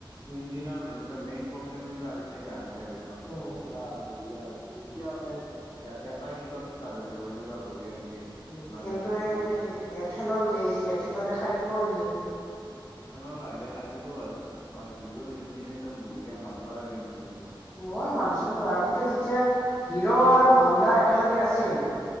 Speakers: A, on the left; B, on the left.
A: ইঞ্জিনৰ মেইন প্ৰব্লেম কিন্তু আজিলৈকে আহা নাই গা়ড়ীত। মানে
B: উম উম
A: পুৰা বঢ়িয়া হয়। এতিয়া এ এ এটা কিকত ষ্টাৰ্ট হৈ যাব এনেকুৱা বঢ়িয়া ইঞ্জিন।
B: উ
A: মানে
B: কিন্তু
A: হিৰ'ৰ
B: এই এথেনল জে চি এথেনলে খাই দিব ইঞ্জিন।
A: এখনত লাহ লে খাই দিব বাৰু অ হিৰৰ ইঞ্জিন একদম বঢ়িয়া মানব লগা ইঞ্জিন কিন্তু।
B: মই মানছিলো আগতে যেতিয়া হিৰ' আৰু হন্দা একেলগে আছিল